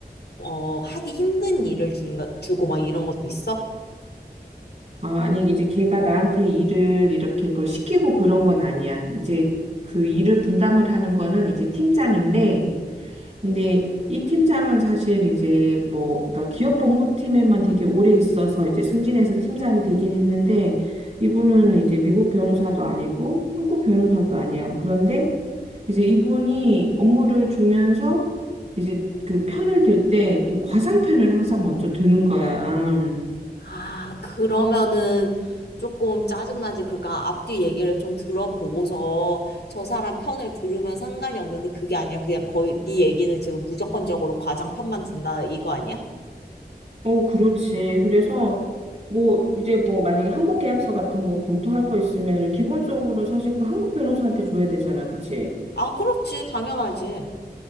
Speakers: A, on the left (about 80°); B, on the right (about 40°).
A: 어, 하기 힘든 일을 준다, 주고 막 이런 것도 있어?
B: 아, 아니, 이제 걔가 나한테 일을 이렇게 뭘 시키고 그런 건 아니야. 이제 그 일을 분담을 하는 거는 이제 팀장인데, 근데 이 팀장은 사실 이제 뭐, 그러니까 기업 법무팀에만 되게 오래 있어서 이제 승진해서 팀장이 되긴 했는데, 이분은 이제 미국 변호사도 아니고 한국 변호사도 아니야. 그런데 이제 이분이 업무를 주면서 이제 그 편을 들 때 이 과장 편을 항상 먼저 드는 거야.
A: 아, 그러면은 조금 짜증나지. 그러니까 앞뒤 얘기를 좀 들어보고서 저 사람 편을 들으면 상관이 없는데 그게 아니야. 그냥 거의 네 얘기는 지금 무조건적으로 과장 편만 든다 이거 아니야?
B: 어, 그렇지. 그래서 뭐 이제 뭐 만약에 한국 계약서 같은 거 검토할 거 있으면은 기본적으로 사실 그 한국 변호사한테 줘야 되잖아. 그치?
A: 아, 그렇지. 당연하지.